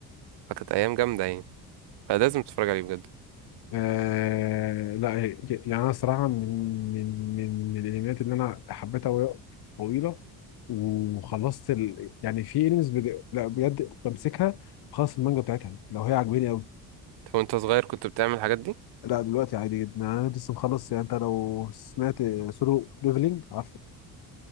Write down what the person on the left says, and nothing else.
آه لا ي- يعني انا صراحه من من من الانميات اللي انا حبيتها وهي طويله وخلصت ال... يعني في انميز بج... لا بجد بمسكها خلاص المانجا بتاعتها لو هي عاجباني قوي
لا دلوقتي عادي جدا يعني انا لسه مخلص يعني انت لو سمعت سولو ليفلينج عارفه